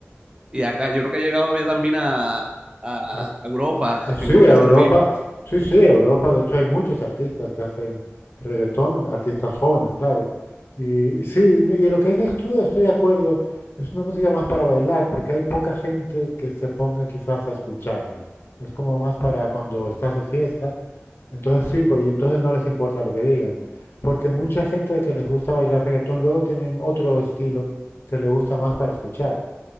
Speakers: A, on the right; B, on the left.
A: Y acá yo creo que ha llegado ya también a, a
B: Ah,
A: Europa,
B: ah,
A: <laughs>
B: ah, sí,
A: que como
B: Europa,
A: que esos ritmos.
B: sí, sí, Europa, de hecho hay muchos artistas que hacen reggaetón, artistas jóvenes, claro. Y sí, y lo que dices tú, estoy de acuerdo, es una música más para bailar, porque hay poca gente que se ponga quizás a escucharlo. Es como más para cuando estás de fiesta, entonces sí, pues y entonces no les importa lo que digan, porque mucha gente que les gusta bailar reggaetón luego tienen otro estilo que les gusta más para escuchar.